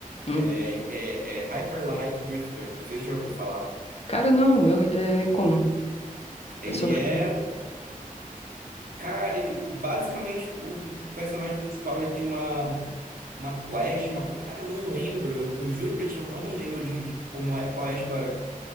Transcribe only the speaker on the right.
É, é, é Hyper Light Drifter, você já ouviu falar?
Ele
é,
um- cara, ele, basicamente o, o personagem principal ele tem uma uma quest, uma, co- cara, eu não lembro, eu, eu juro pra ti, eu não lembro de, de como é, qual é a história.